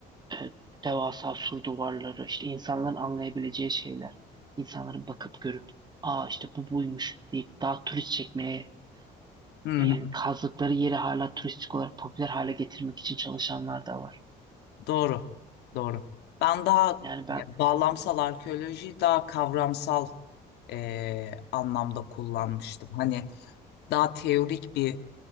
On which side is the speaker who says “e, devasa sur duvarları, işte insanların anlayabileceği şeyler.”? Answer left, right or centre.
Right